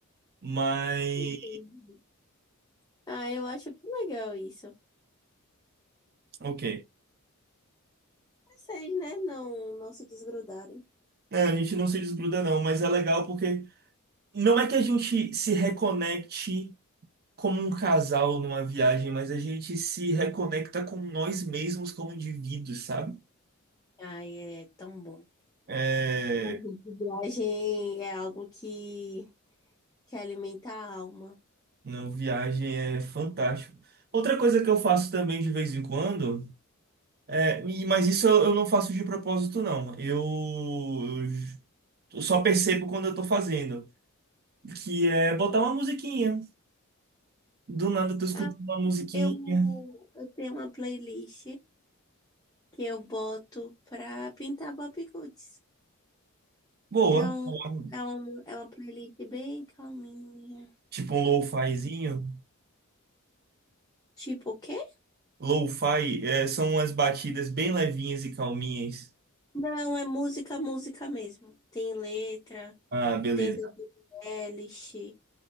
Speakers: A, on the right; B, on the left.
A: Mas,
B: Entendi. Ah, eu acho bem legal isso.
A: ok.
B: Vocês, né? Não, não se desgrudarem.
A: É, a gente não se desgruda, não, mas é legal porque não é que a gente se reconecte como um casal numa viagem, mas a gente se reconecta com nós mesmos como indivíduos, sabe?
B: Ai, é tão bom.
A: É,
B: Ai, gente, Viagem é algo que, que alimenta a alma.
A: não, viagem é fantástico. Outra coisa que eu faço também de vez em quando, é, e- mas isso eu eu não faço de propósito, não. Eu, eu j- eu só percebo quando eu tô fazendo. que é botar uma musiquinha. Do nada tu escuta
B: Ah,
A: uma musiquinha
B: eu, eu tenho uma playlist que eu boto pra pintar bobbiguts.
A: boa,
B: É um,
A: boa.
B: é um, é uma playlist bem calminha.
A: Tipo um lo-fizinho.
B: Tipo o quê?
A: Lo-fi é, são umas batidas bem levinhas e calminhas.
B: Não, é música, música mesmo. Tem letra,
A: Ah, beleza.
B: tem da Billie Eilish,